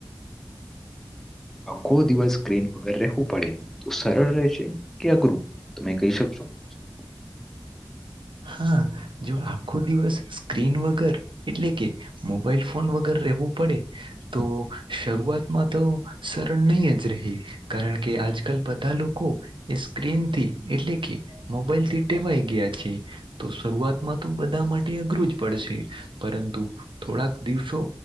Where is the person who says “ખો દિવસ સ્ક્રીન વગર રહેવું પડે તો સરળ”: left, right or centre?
Centre